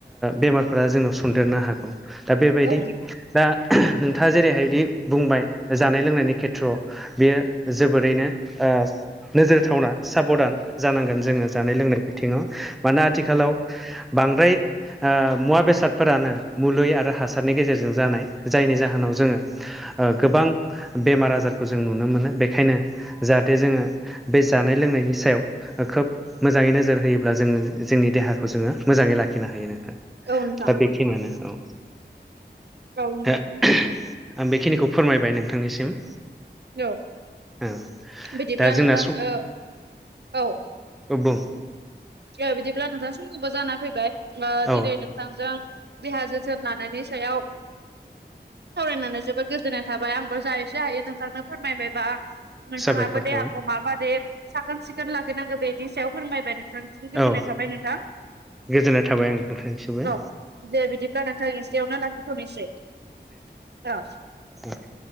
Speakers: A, in the centre; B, on the right.
A: बेमारफोरा जोंनाव सदेरनो हागौ दा बेबायदि
B: औ
A: दा नोंथाङा जेरैहायदि बुंबाय जानाय लोंनायनि खेथ्रआव बेयो जोबोरैनो ओ नोजोर थावना साबधान जानांगोन जोङो जानाय लोंनाय बिथिङाव मानोना आथिखालाव बांद्राय आ मुवा बेसादफोरानो मुलै आरो हासारनि गेजेरजों जानाय जायनि जाहोनाव जोङो ओ गोबां बेमार आजारखौ जों नुनो मोनो बेखायनो जाहाथे जोङो बे जानाय लोंनायनि सायाव खोब मोजाङै नोजोर होयोब्ला जोङो जोंनि देहाखौ जोङो मोजाङै लाखिनो हायो नोंथां
B: औ नोंथां
A: दा बेखिनियानो औ
B: औ नोंथां
A: आं बेखिनिखौ फोरमायबाय नोंथांनिसिम
B: औ
A: ओ
B: बिदिब्ला
A: दा जोंना
B: नोंथां औ औ
A: औ बुं
B: दे बिदिब्ला नोंथां समबो जानानै फैबाय दिनै
A: औ
B: नों थांजों देहा जोथोन लानायनि सायाव सावरायनानै जोबोद गोजोननाय थाबाय आंबो जा एसे हायो नोंथांनो फोरमायबाय बा नोंथाङाबो
A: साबायखर
B: देहाखौ
A: थाबाय
B: माबादे साखोन सिखोन लाखिनांगौ बेनि सायाव फोरमायबाय नों नोंथांनिसिम गोजोननाय
A: औ
B: थाबाय नोंथां
A: गोजोननाय थाबाय ओं नोंथांनिसिमबो
B: औ दे बिदिब्ला नोंथां एसेयावनो लाखिथ'नोसै औ
A: द